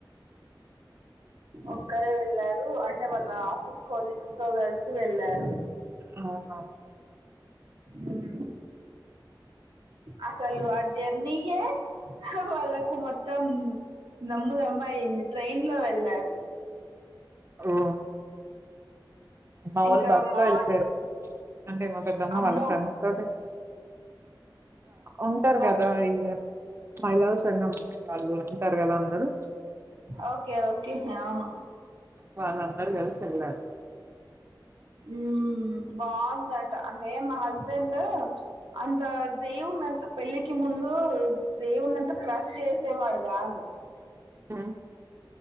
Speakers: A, on the right; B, on the right.
A: ఒక్కరే వెళ్ళారు అంటే వాళ్ళ ఆఫీస్ కొలీగ్స్తో కలిసి వెళ్ళారు
B: ఆహా
A: ఉమ్ అసలు ఆ జర్నీ ఏ వాళ్ళకు మొత్తం దమ్ముదమ్మ అయింది ట్రైన్లో వెళ్లారు
B: ఓ మా
A: ఇంకా
B: వాళ్ళు బస్లో
A: మాన్
B: వెళ్లారు అంటే మ పెద్దమ్మా
A: అమ్మో
B: వాళ్ళ ఫ్రెండ్స్ తోటి ఉంటారు
A: బస్
B: కదా ఈ మహిళల సంఘం వాళ్ళు ఉంటారు కదా అందరూ
A: ఓకే ఓకే అవ్ను
B: వాళ్ళందరు కలిసి ఎళ్లారు
A: ఊ మ్ బాగుందంట అంటే మా హస్బెండూ అంత దేవునంత పెళ్ళికి ముందు ఊ దేవునంత ట్రస్ చేసేవాడు కాదు
B: ఆ